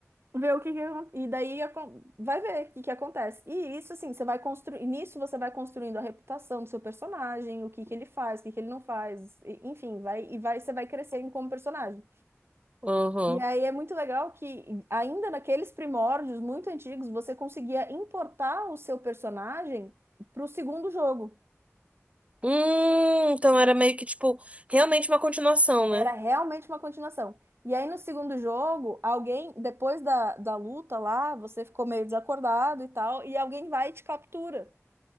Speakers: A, on the right; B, on the right.
A: ver o que, que acon- e daí acon- vai ver o que, que acontece. E isso assim, você vai construir, nisso você vai construindo a reputação do seu personagem, o que que ele faz, o que que ele não faz, e- enfim, vai e vai você vai crescendo como personagem.
B: uhum.
A: E aí é muito legal que, ainda naqueles primórdios muito antigos, você conseguia importar o seu personagem para o segundo jogo.
B: Hum, então era meio que, tipo, realmente uma continuação,
A: Era
B: né?
A: realmente uma continuação. E aí no segundo jogo, alguém, depois da, da luta lá, você ficou meio desacordado e tal, e alguém vai e te captura.